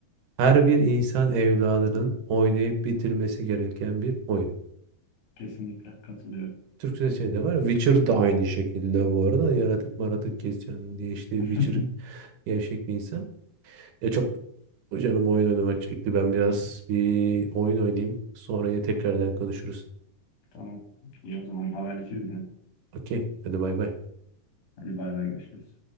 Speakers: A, on the right; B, on the left.
A: her bir insan evladının oynayıp bitirmesi gereken bir oyun.
B: Kesinlikle katılıyorum.
A: Türkçe şey de var. Witcher da aynı şekilde bu arada. Yaratık maratık kesiyorsun diye işte
B: <laughs>
A: Witcher gevşek bir insan. Ya çok canım oyun oynamak çekti. Ben biraz bir oyun oynayayım. Sonra yine tekrardan konuşuruz.
B: Tamam. İyi o zaman haberleşiriz yine.
A: Okey. Hadi bay bay.
B: Hadi bay bay görüşürüz.